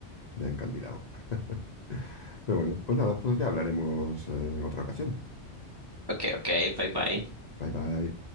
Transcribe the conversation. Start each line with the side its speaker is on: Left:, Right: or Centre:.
Left: me ha encandilado. <laughs> Pero bueno, pues nada, pues ya hablaremos eh, en otra ocasión.
Right: Ok, ok, bye bye.
Left: Bye bye.